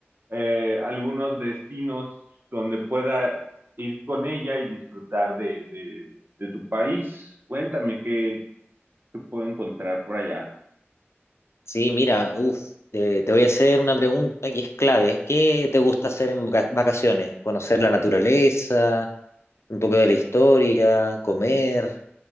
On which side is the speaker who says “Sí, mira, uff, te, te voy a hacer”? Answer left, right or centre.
Left